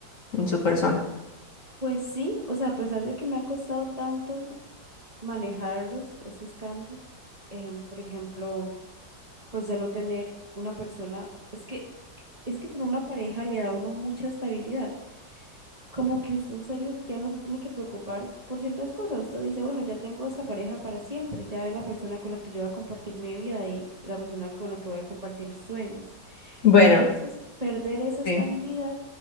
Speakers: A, on the left (about 45°); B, on the right (about 20°).
A: en su persona.
B: Pues sí, o sea, a pesar de que me ha costado tanto manejarlos, esos cambios, em, por ejemplo, pues ya no tener una persona, es que, es que tener una pareja le da a uno mucha estabilidad como que usted en serio ya no se tiene que preocupar por ciertas cosas. Usted dice, bueno, ya tengo esta pareja para siempre, ya es la persona con la que yo voy a compartir mi vida y, y la persona con la que voy a compartir sueños.
A: Bueno.
B: Entonces, perder esa estabilidad,
A: sí.